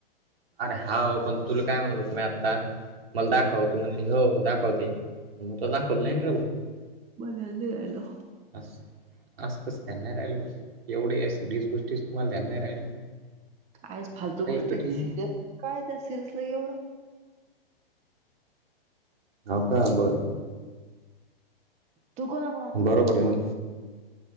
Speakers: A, on the right (about 75°); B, on the right (about 20°).
A: आरे हावं पण तुल काय म्हणल होतं मी आत्ता मल दाखव तू म्हणली हो दाखवते. मं तूआ दाखवलं नाय ना
B: राहिलो
A: <unintelligible> आसं आसं कसं ध्यान नाही राहिल बा एवढ्या सिरियस गोष्टीच तुम्हाला ध्यान नाय राहिलं.
B: आज
A: म्हणल्यावर
B: फालतू
A: काही
B: गोष्ट
A: कठीण
B: आहे ती सिरियस काय त्या सिरियसला एवढं.
A: हो का बरं.
B: तू कोण आ
A: बरोबर आहे ना.